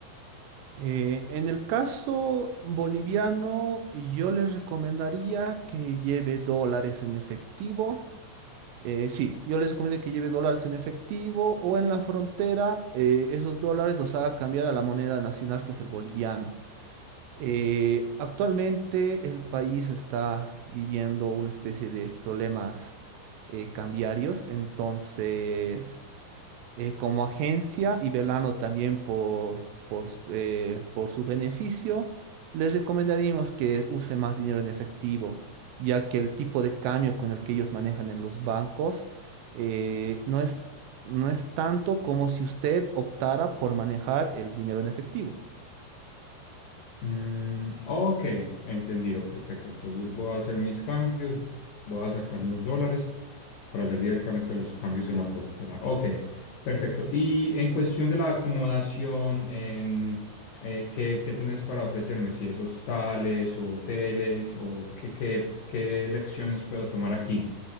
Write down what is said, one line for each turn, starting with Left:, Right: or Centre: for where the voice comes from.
Right: Eh, en el caso boliviano, yo les recomendaría que lleve dólares en efectivo. Eh, sí, yo les recomiendo que lleve dólares en efectivo o en la frontera, eh, esos dólares los haga cambiar a la moneda nacional que es el boliviano. Eh, actualmente el país está viviendo una especie de problemas eh, cambiarios, entonces eh, como agencia y velando también por, por, s- eh, por su beneficio, les recomendaríamos que use más dinero en efectivo, ya que el tipo de cambio con el que ellos manejan en los bancos eh, no es, no es tanto como si usted optara por manejar el dinero en efectivo.
Left: Mm, ok, entendido, perfecto. Entonces voy a hacer mis cambios, voy a sacar unos dólares para hacer directamente los cambios en la frontera. Ok, perfecto. Y en cuestión de la acomodación, en, eh, ¿qué, qué tenés para ofrecerme? Si es hostales o hoteles o qué, qué, qué lecciones puedo tomar aquí.